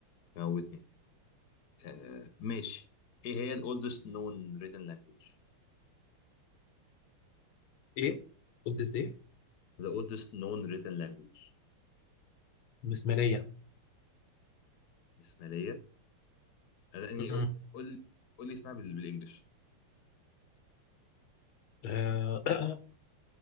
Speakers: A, on the left; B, on the left.
A: موتني آه... ماشي ايه هي ال oldest known written language
B: ايه قلت ازاي
A: the oldest known written language
B: مسماريه
A: بسمالية آه، لا يعني
B: مم.
A: قول قول لي اسمها بال- بالانجلش
B: آه. <coughs>